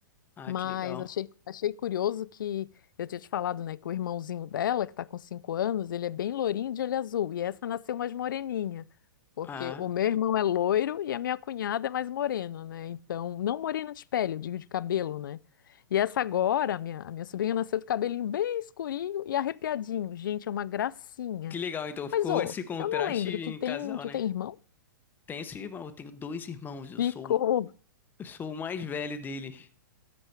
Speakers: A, on the left (about 15°); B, on the left (about 70°).
A: Ah,
B: Mas
A: que legal.
B: achei, achei curioso que eu tinha te falado, né, que o irmãozinho dela, que tá com cinco anos, ele é bem lourinho de olho azul, e essa nasceu mais moreninha, porque
A: Ah,
B: o meu irmão é loiro e a minha cunhada é mais morena, né? Então, não morena de pele, eu digo de cabelo, né? E essa agora, a minha, a minha sobrinha nasceu de cabelinho bem escurinho e arrepiadinho. Gente, é uma gracinha.
A: que legal. Então ficou
B: Mas, ô,
A: esse contraste
B: eu não lembro,
A: em
B: tu tem,
A: casal,
B: tu
A: né?
B: tem irmão?
A: Tenho esse irmão, eu tenho dois irmãos. Eu
B: Ficou.
A: sou, eu sou o mais velho deles.